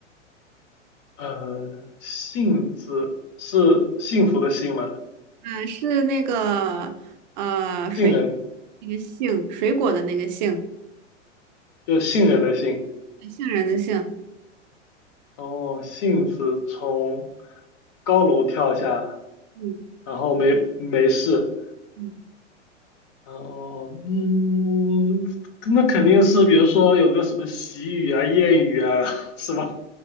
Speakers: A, on the left; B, on the right.
A: 呃，幸字是幸福的幸吗？
B: 呃，是那个呃水
A: 杏仁
B: 那个杏，水果的那个杏，
A: 就杏仁的杏。
B: 杏仁的杏。
A: 哦，杏子从高楼跳下，
B: 嗯
A: 然后没没事。
B: 嗯
A: 哦，嗯，那肯定是，比如说有个什么习语啊、谚语啊，<laughs> 是吧？